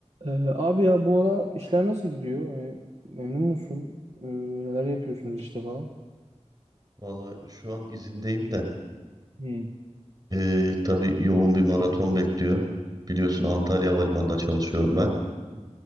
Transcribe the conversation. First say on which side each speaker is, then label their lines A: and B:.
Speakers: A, on the right (about 60°); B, on the right (about 35°).
A: Ee, abi ya bu ara işler nasıl gidiyor? Hani memnun musun? Ee, neler yapıyorsunuz işte falan?
B: Valla şu an izindeyim de
A: Hmm. <laughs>
B: tabi tabii yoğun bir maraton bekliyor. Biliyorsun Antalya Havalimanı'nda çalışıyorum ben.
A: Hı.